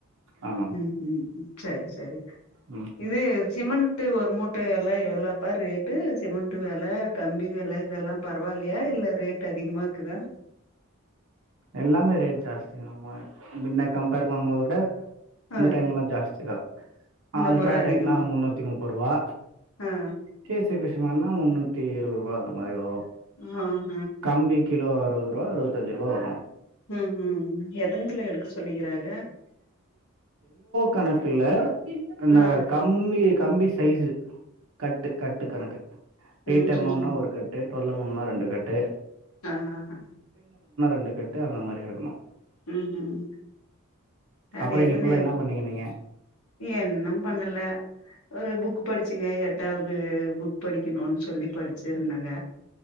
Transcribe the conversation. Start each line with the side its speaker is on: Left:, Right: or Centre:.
Right: ஆமா
Left: ம்ம் செரி செரி
Right: ம்
Left: இது சிமெண்ட் ஒரு மூட்ட எல்லாம் எறக்கி இல்ல பா ரேட்டு சிமெண்ட் வெல கம்பி வெல ல்ல இதெல்லாம் பரவாயில்லையா இல்ல ரேட் அதிகமா இருக்குதா
Right: எல்லாமே ரேட் ஜாஸ்தி மா முன்ன கம்பேர் பண்ணும் போத விட இந்த
Left: ஆ
Right: டைம்ல்லாம் ஜாஸ்தி தான்
Left: இந்த
Right: ஆல்ட்ராடெக்னா
Left: முற அதிகமா
Right: முன்னூத்தி முப்பதுரூபா
Left: ஆ
Right: கேசிப ண்ணா முந்நூத்திஇருபதுரூவா இந்த மாரி வரு
Left: ஹம் ம்
Right: கம்பி கிலோ அறுபது ரூபா அறுபத்தஞ்சு ரூபா வரும்
Left: உஹம் ம் எத்தனை கிலோ எடுக்க சொல்லிக்கிறாக
Right: கணக்குள அந்த
Left: ஆ
Right: கம்பி கம்பி சைஸுஸ் கட்டு கட்டு கணக்கு
Left: ம்
Right: எயிட் எம்மம்னா
Left: ம்
Right: ஒரு கட்டு தொடல்லமுன்னா ரெண்டு கட்டு
Left: ஆஹ் ஆஹ்ஹ்
Right: இந்தக்கட்டு அந்த மாரி எடுக்கணும்
Left: உம்ம் அது
Right: அப்புறோ
Left: எத்தன்ன
Right: இன்னைக்கு ஃபுல்லா என்ன பண்ணீங்க நீங்க
Left: என்னும் பண்ணல ஒரு புக் படிச்சு பச்சுங்க எட்டாவது புக் படிக்கணும்னு சொல்லி படிச்சுருந்தங்க